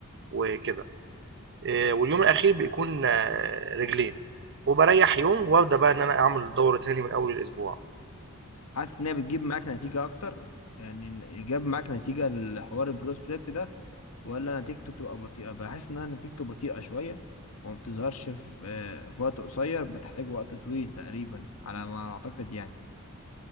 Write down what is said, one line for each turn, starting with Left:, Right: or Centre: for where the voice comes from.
Right: وكده آه، واليوم الأخير بيكون آه، رجلين وبريح يوم وابدأ بقى إن أنا أعمل دورة تاني من أول الأسبوع
Left: حاسس ان هي بتجيب معاك نتيجه اكتر يعني إن- جاب معاك نتيجه الحوار البرو سبليت ده ولا نتيجته بتبقى بطيئة بحس إنها نتيجته بطيئة شوية وما بتظهرش في آه، في وقت قصير بتحتاج وقت طويل تقريبا على ما أعتقد يعني